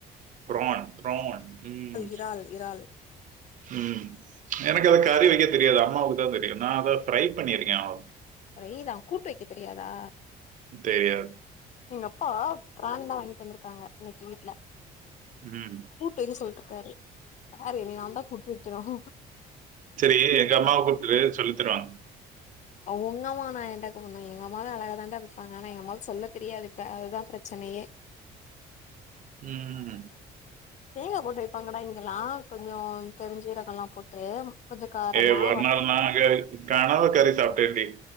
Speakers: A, on the right; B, on the left.
A: பிரான் பிரான் உம்
B: இறால் இறால்
A: உஹம் எனக்கு அதை கறி வைக்க தெரியாது அம்மாவுக்கு தான் தெரியும் நான் அதை ஃப்ரை பண்ணியிருக்கேன் அவ
B: பிரைதான் கூட்டு வைக்க தெரியாதா
A: தெரியாது.
B: எங்க அப்பா பிரான்லாம் வாங்க ட்டுந்திருக்காங்க இன்னைக்கு வீட்டுல
A: ம்.
B: கூட்டுன்னு சொல்லிட்டு இருக்காரு வேற யாரு நீ நான் தான் கூட்டு வைக்கனும்
A: சேரி எங்க அம்மாவ கூப்புடு சொல்லி தருவாங்க
B: உங்க அம்மானா <unintelligible> எங்க அம்மாவே அழகாதான்டா இருப்பாங்க ஆனா எங்க அம்மாவுக்கு சொல்ல தெரியாதுக்க அதுதா பிரச்சனையே
A: ம்
B: தேங்காய் போட்டு வெப்பாங்கடா இங்கெல்லா கொஞ்சோ பெருஞ்சீரகோ எல்லாம் போட்டு கொஞ்சோ காரமா
A: ஏ ஒருனாள்
B: வ
A: நா கா காணாத கறி சாப்டேன்டி